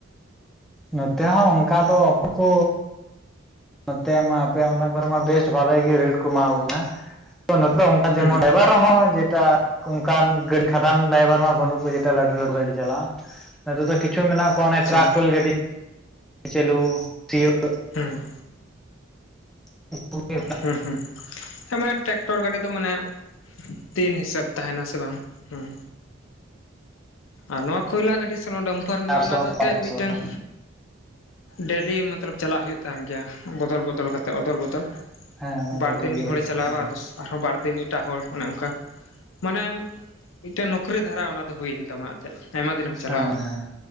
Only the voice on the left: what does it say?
ᱦᱩᱸ
ᱟᱪᱪᱷᱟ
ᱦᱩᱸ᱾
ᱦᱩᱸ ᱦᱩᱸ ᱥᱟᱢᱮ ᱴᱨᱟᱠᱴᱚᱨ ᱜᱟᱹᱰᱤ ᱫᱚ ᱢᱟᱱᱮ ᱫᱤᱱ ᱦᱤᱥᱟᱹᱵ ᱛᱟᱦᱮᱸᱱᱟ ᱥᱮ ᱵᱟᱝ ᱦᱩᱸ। ᱟᱨ ᱱᱚᱣᱟ ᱠᱷᱚᱭᱞᱟ ᱜᱟᱹᱰᱤ ᱥᱮ ᱚᱱᱟ ᱰᱚᱢᱯᱟᱨ ᱢᱮᱱᱟᱜᱼᱟ
ᱚᱱᱟ ᱫᱚ ᱮᱱᱛᱮᱜ
ᱢᱤᱫᱴᱟᱹᱝ ᱰᱮᱞᱤ ᱢᱚᱛᱞᱚᱵ ᱪᱟᱞᱟᱜ ᱦᱩᱭᱩᱜ ᱛᱟᱦᱮᱸ ᱜᱮᱭᱟ ᱵᱚᱫᱚᱞ ᱵᱚᱫᱚᱞ ᱠᱟᱛᱮ ᱚᱫᱚᱞ ᱵᱚᱫᱚᱞ
ᱵᱟᱨᱫᱤᱱ
ᱢᱤᱫ ᱦᱚᱲᱮ
ᱪᱟᱞᱟᱣᱟ
ᱟᱨᱦᱚᱸ ᱵᱟᱨ ᱫᱤᱱ ᱮᱴᱟᱜ ᱦᱚᱲ ᱚᱱᱮ ᱚᱝᱠᱟ ᱢᱟᱱᱮ ᱢᱤᱫᱴᱮᱱ ᱱᱚᱩᱠᱨᱤ ᱫᱷᱟᱨᱟ ᱚᱱᱟ ᱫᱚ ᱦᱩᱭᱮᱱ ᱛᱟᱢᱟ᱾ ᱛᱮᱡ ᱟᱭᱢᱟ ᱫᱤᱱᱮᱢ ᱪᱟᱞᱟᱣᱟ